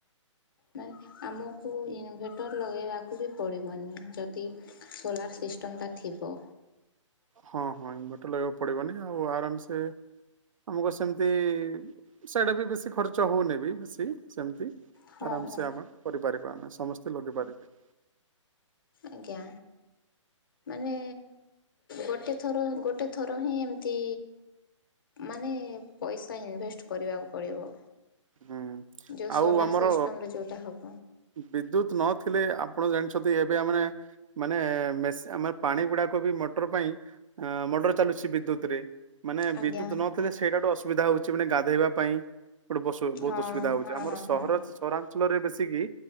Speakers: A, on the left; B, on the right.
A: ମାନେ ଆମକୁ ଇନଭେଟର ଲଗାଇବାକୁ ବି ପଡ଼ିବନି ଯଦି ସୋଲାର ସିଷ୍ଟମ୍ଟା ଥିବ।
B: ହଁ ହଁ ଇନଭଟର ଲହବାକୁ ପଡିବନି ଆଉ ଆରାମସ ଆମକୁ ସେମତି ସେଇଟା ବି ବେଶୀ ଖର୍ଚ ହଉନି ବି ବେଶୀ ସେମିତି
A: ହଁ
B: ଆରାମସ ଆମେ କରିପାରିବା ଆମେ ସମସ୍ତେ ଲଗେଇ ପାରିବେ
A: ଆଜ୍ଞା ମାନେ ଗୋଟେ ଥର ଗୋଟେ ଥର ହିଁ ଏମିତି ମାନେ ପଇସା ଇନଭେଷ୍ଟ କରିବାକୁ ପଡ଼ିବ।
B: ହୁଁ ଆଉ
A: ଯେଉଁ ସୋଲାର୍
B: ଆମର
A: ସିଷ୍ଟମ୍ରେ ଯେଉଁଟା ହେବ
B: ବିଦ୍ୟୁତ ନଥିଲେ ଆପଣ ଜାଣିଛନ୍ତି ଏବେ ଆମେ ମାନେ ମାନେ ନେ ମେସ ଆମେ ପାଣି ଗୁଡାକ ବି ମଟର ପାଇଁ ଆଁ ମଟର ଚାଲୁଛି ବିଦ୍ୟୁତ ରେ। ମାନେ
A: ଆଜ୍ଞା
B: ବିଦ୍ୟୁତ ନଥିଲେ ସେଇଟା ଗୋଟେ ଅସୁ ସୁବିଧା ହଉଛି ମାନେ ଗାଧୋଇବା ପାଇଁ। ଗୋଟେ ପଶୁ ବହୁତ
A: ହଁ
B: ଅସୁବିଧା ହଉ
A: ହଁ
B: ଆମର
A: ହଁ
B: ସହର
A: ହଁ
B: ସହରାଞ୍ଚଳ ରେ ବେଶୀ। ଯେତିକି